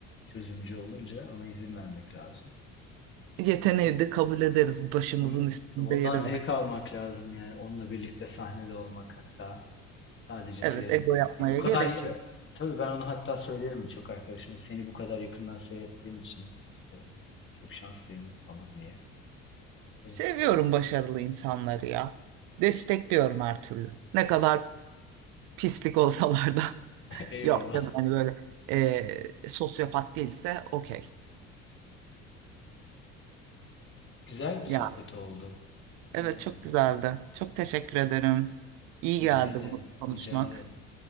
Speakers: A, on the left (about 35°); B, on the right (about 70°).
A: çözümcü olunca ona izin vermek lazım.
B: Yeteneği
A: E, o
B: de kabul ederiz. Başımızın
A: onu,
B: üstünde
A: tabii ondan
B: yeri
A: zevk
B: var.
A: almak lazım yani. Onunla birlikte sahnede olmak hatta sadece
B: Evet,
A: seyretmek
B: ego yapmaya
A: değil. O kadar
B: gerek
A: e,
B: yok.
A: tabii ben onu hatta söylerim birçok arkadaşıma. Seni bu kadar yakından seyrettiğim için işte çok şanslıyım falan diye söylerim
B: Seviyorum
A: yani.
B: başarılı insanları ya. Destekliyorum her türlü. Ne kadar pislik olsalar da. <laughs>
A: <laughs> Eyvallah.
B: Yok canım hani böyle eh, sosyopat değilse okey.
A: Güzel bir sohbet
B: Ya
A: oldu.
B: evet
A: Ee,
B: çok güzeldi. Çok teşekkür ederim. İyi
A: rica
B: geldi
A: ederim.
B: bunu konuşmak.
A: Rica ederim.